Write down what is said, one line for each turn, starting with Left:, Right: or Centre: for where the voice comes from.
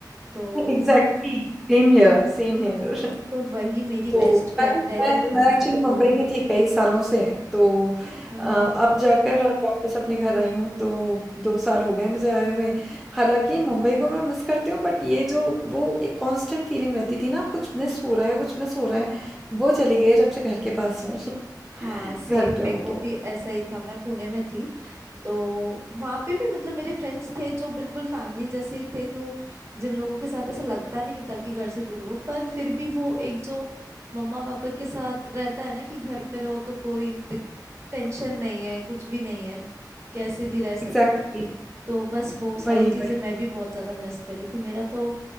Right: तो
Centre: Exactly same here same
Right: हाँ
Centre: here
Right: तो वही मेरी
Centre: तो
Right: बेस्ट फ्रेंड
Centre: मैं भी
Right: है
Centre: मैं मैं एक्चुअली मुंबई में थी कई सालों से तो
Right: हाँ
Centre: अ,
Right: हाँ
Centre: अब जाकर और वापस अपने घर आई हूँ तो दो साल हो गए मुझे आए हुए हालांकि मुंबई को मैं मिस करती हूँ बट ये जो वो एक कांस्टेंट फीलिंग रहती थी ना आप कुछ मिस हो रहा है कुछ मिस हो रहा है वो चली गई है जब से घर के पास हूँ <laughs>
Right: हाँ सेम
Centre: घर पे
Right: मेरे
Centre: हूँ
Right: को
Centre: तो
Right: भी ऐसा ही था मैं पुणे में थी तो वहाँ पे भी मतलब मेरे फ्रेंड्स थे जो बिल्कुल फैमिली जैसे ही थे तो जिन लोगों के साथ ऐसा लगता नहीं था कि घर से दूर हो पर फिर भी वो एक जो मम्मा पापा के साथ रहता है ना कि घर पे रहो तो कोई टेंशन नहीं है कुछ भी नहीं है कैसे भी रह सकते
Centre: एग्जैक्टली
Right: हैं।
Centre: exactly,
Right: तो बस वो सारी
Centre: वही
Right: चीजें
Centre: वही
Right: मैं भी बहुत ज्यादा मिस कर रही थी मेरा तो